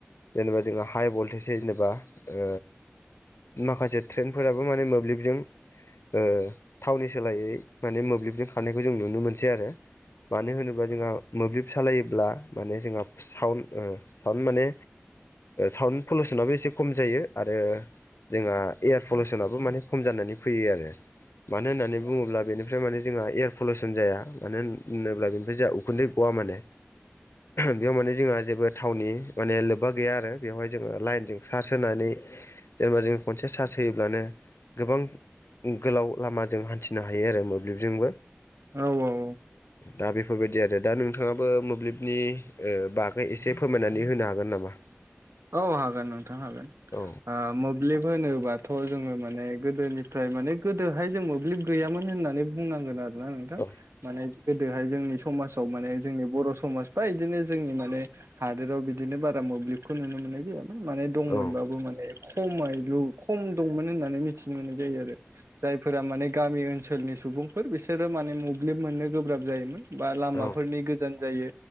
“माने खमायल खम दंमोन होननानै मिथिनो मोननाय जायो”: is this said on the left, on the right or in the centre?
Right